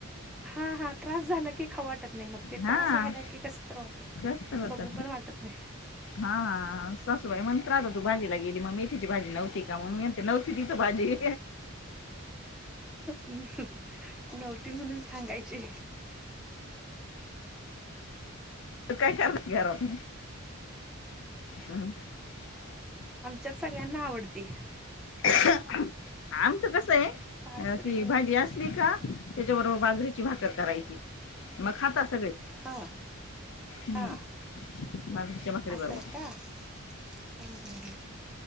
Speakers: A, in the centre; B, on the left.
A: हा हा त्रास झाला की खाऊ वाटत नाही मग ते
B: हा
A: त्रास व्हायला की कस तर होतंय
B: जास्त होत
A: बघू पण वाटत नाही
B: हा सासूबाई म्हण्र आता तू भाजीला गेली मग मेथीची भाजी नव्हती का मग मी म्हणते नव्हती तिथ भाजी
A: नव्हती म्हणून सांगायची
B: काय करणार घरात मग हम् <unintelligible>
A: आमच्यात सगळ्यांना आवडती.
B: ह आमचं कसं आहे
A: सासरे
B: ती
A: तेवढा
B: भाजी असली का. त्याच्याबरोबर बाजरीची भाकरी करायची मग खातात सगळे
A: हा
B: हम्
A: हा
B: बाजरीच्या भाकरी
A: असं
B: बरोबर.
A: आहे का हा हा हा